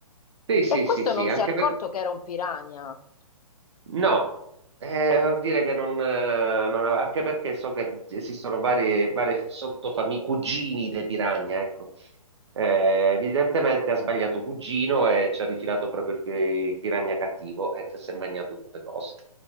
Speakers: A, on the right; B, on the left.
A: Sì, sì,
B: E questo
A: sì, sì,
B: non
A: anche
B: si è accorto
A: perché...
B: che era un piranha.
A: No, eh, vuol dire che non... eh, non ave- Anche perché so che esistono varie, varie sottofamiglie, cugini dei piragna, ecco. Eh, evidentemente ha sbagliato cugino e ci ha rifilato proprio il pi- il piragna cattivo ecco, e che si è mangiato tutte cose.